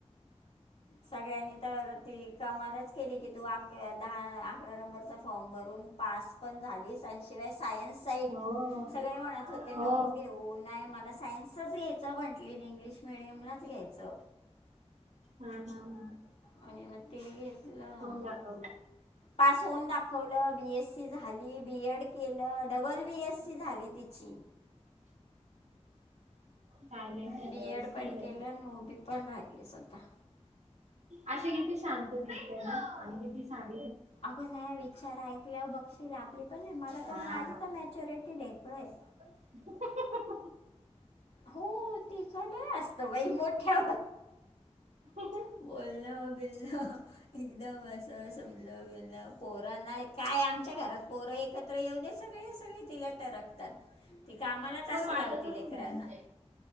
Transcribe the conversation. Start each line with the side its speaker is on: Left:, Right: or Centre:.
Left: सगळ्यांनी तर ती कामालाच केली की तूक दहा अकरा नंबरचा फॉर्म भरून पास पण झालीस आणि शिवाय
Right: हो
Left: म्हणत हो
Right: हा
Left: नको घेऊन तच घ्यायच म्हंटली इंग्लिश मिीडियमलाच घ्यायचं.
Right: हम हम हम
Left: आणि म ते घेतलं
Right: दाखवलं
Left: पास होऊन दाखवलं बीएससी झाली बीएड केलं डबल बी एस सी झाली तिची
Right: टायलेंट आहे.
Left: बी एड पण केलं आणि उभी पण राहिली स्वतः
Right: अे किती शांत दिसते ना आणि किती शांत
Left: अगो विचार ऐकल्यावर बघशील आपली पण मला तर
Right: हा
Left: माझी तर मेच्युरिटी काय
Right: आआआ
Left: हो तिच नाही असत बाई मोठ्या
Right: हो
Left: बोलण बेल एकदम असं समजलं बेल पोरा नाही काय आमच्या घरात पोरं एक एवढे सगळे सगळे तिला टरकतात ती कामालाच
Right: पण
Left: असं
Right: वाटतच
Left: लावतील लेकरांना
Right: नाही